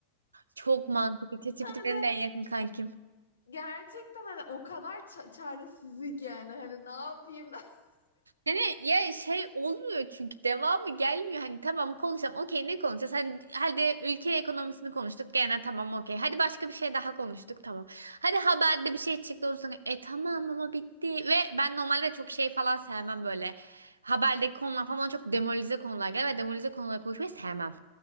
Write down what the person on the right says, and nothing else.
Çok mantıklı. ChatGPT
benim de en yakın kankim.
Yani ya şey olmuyor çünkü devamı gelmiyor. Hani tamam konuşalım. Okey ne konuşacağız? Hani hadi ülke ekonomisini konuştuk. Gene tamam okey. Hadi başka bir şey daha konuştuk. Tamam. Hadi haberde bir şey çıktı. Ondan sonra e tamam ama bitti. Ve ben normalde çok şey falan sevmem böyle. Haberdeki konular falan bana çok demolize konular gelir ve demolize konuları konuşmayı sevmem.